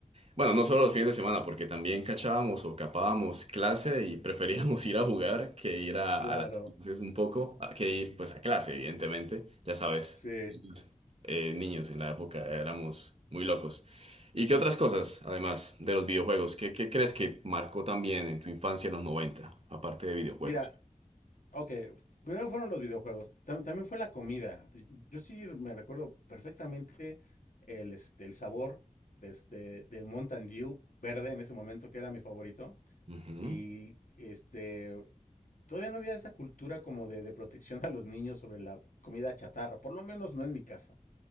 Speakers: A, on the right; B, on the left.
A: Bueno, no solo los fines de semana, porque también cachábamos o capábamos clase y <laughs> preferíamos ir a jugar que ir a,
B: Claro.
A: a las clases un poco,
B: S-
A: a- que ir pues a clase, evidentemente. Ya sabes,
B: Sí.
A: niños, eh, niños en la época éramos muy locos. ¿Y qué otras cosas, además de los videojuegos? ¿Qué, qué crees que marcó también en tu infancia en los noventa, aparte de videojuegos?
B: Mira, ok. Primero fueron los videojuegos. tam- También fue la comida. Y- Yo sí me recuerdo perfectamente el, este, el sabor de este, del Mountain Dew verde en ese momento, que era mi favorito.
A: Ujú.
B: Y este, todavía no había esa cultura como de, de protección a los niños sobre la comida chatarra, por lo menos no en mi casa.